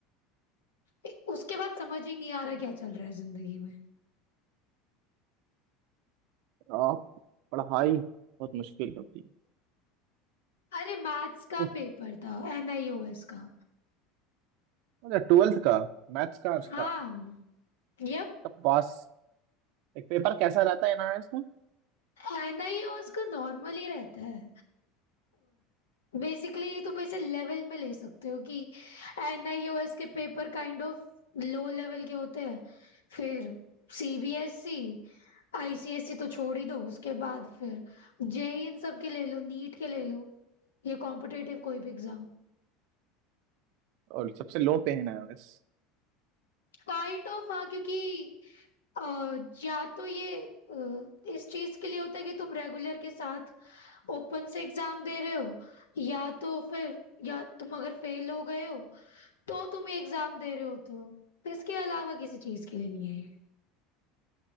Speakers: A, on the left; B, on the right.
A: ए- उसके बाद समझ ही नहीं आ रहा क्या चल रहा है जिंदगी में
B: आप पढ़ाई बहुत मुश्किल होती है
A: अरे मैथ्स का
B: उफ,
A: पेपर था एनआईओएस का
B: अच्छा ट्वेल्थ का मैथ्स का था
A: हाँ यप
B: तब पास एक पेपर कैसा रहता है एनआरएस में
A: एनआईओएस का नॉर्मल ही रहता है बेसिकली तुम इसे लेवल में ले सकते हो कि एनआईओएस के paper kind of low level के होते हैं फिर सीबीएसई आईसीएसई तो छोड़ ही दो उसके बाद फिर जेई इन सब के ले लो नीट के ले लो या कॉम्पिटेटिव कोई भी एग्जाम
B: और सबसे लो पे है एनआरएस
A: काइंड ऑफ हाँ क्योंकि अ, या तो ये अ, इस चीज के लिए होता है कि तुम रेगुलर के साथ ओपन से एग्जाम दे रहे हो या तो फिर या तुम अगर फेल हो गए हो तो तुम ये एग्जाम दे रहे होते हो तो इसके अलावा किसी चीज के लिए नहीं है ये।